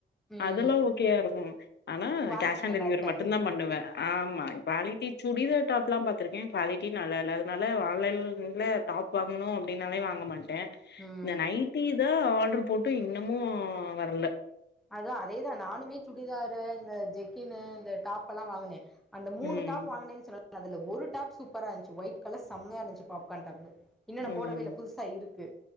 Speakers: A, in the centre; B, on the left.
A: ம்
B: அதெல்லா ஓகயா இருக்கோ ஆனா
A: குவாலிட்டி
B: கேஷ் ஆன்
A: நல்லா
B: டெலிவரி
A: இருக்காது
B: மட்டுந் தா பண்ணுவே ஆமா குவாலிட்டி சுடிதார் டாப்லா பாத்ருக்கே குவாலிட்டி நல்லா இல்ல அதனால ஆன்லைன்ல டாப் வாங்கனோ அப்டின்னாலே வாங்க மாட்டே
A: ம்
B: இந்த நைட்டி தா ஆர்டுரு போட்டு இன்னமு வர்ல
A: அதா அதேதா நானுமே சுடிதாரு இந்த ஜெக்கின்னு இந்த டாப் எல்லா வாங்குனே அந்த மூணு
B: ம்
A: டாப் வாங்கனேன்னு சொல்லலே அதுல ஒரு டாப் சூப்பரா இருந்துச்சு ஒயிட் கலர் சம்மையா இருச்சு பாப்கார்ன் டாப்பு இன்னோ
B: ம்
A: நா போடவேல புதுசா இருக்கு